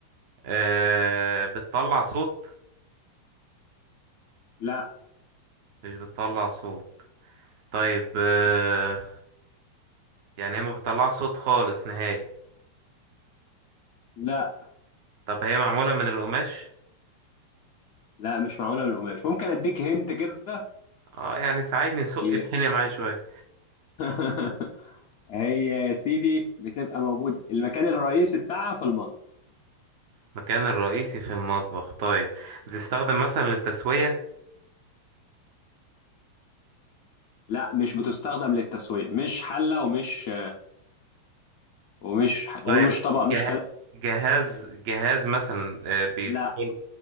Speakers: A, on the right; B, on the left.
A: أه بتطلع صوت
B: لا
A: مش بتطلع صوت طيب آه، يعني هي ما بتطلعش صوت خالص نهائي
B: لا
A: طب هي معمولة من القماش
B: لا مش معموله من القماش ممكن اديك هنت كده
A: اه يعني ساعدني سوق
B: ي-
A: الدنيا معايا شوية
B: <laughs> هي يا سيدي بتبقى موجود المكان الرئيسي بتاعها في المطبخ
A: مكان الرئيسي في المطبخ طيب بتستخدم مثلا للتسوية
B: لا مش بتستخدم للتسويه مش حله ومش ومش
A: طيب
B: ومش طبق مش
A: جه...
B: كلام
A: جهاز جهاز مثلا آه، بيدخل
B: لا